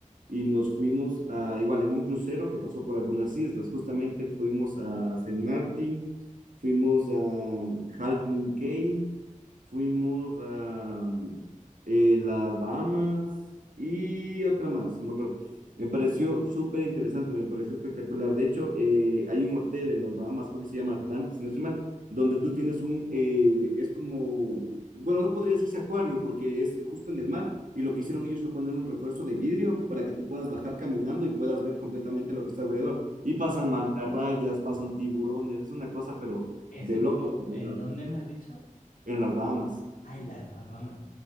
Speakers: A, on the right; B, on the left.
A: y nos fuimos a, igual en un crucero que pasó por algunas islas, justamente fuimos a Saint Martin, fuimos a mm, Half Moon Cay, fuimos a mm, eh, las Bahamas y otra más, no me acuerdo. Me pareció súper interesante, me pareció espectacular. De hecho, eh, hay un hotel en las Bahamas, creo que se llama Atlantis, si no estoy mal, donde tú tienes un, eh, es como, bueno, no podría decirse acuario porque es justo en el mar y lo que hicieron ellos fue poner un refuerzo de vidrio para que tú puedas bajar caminando y puedas ver completamente lo que está alrededor. Y pasan
B: ¿Cómo-
A: mantarrayas, pasan tiburones, es una cosa, pero
B: eso
A: de loco,
B: como,
A: la
B: ¿en
A: verdad,
B: dónde me has dicho?
A: en las Bahamas.
B: Ah, en Bahamas.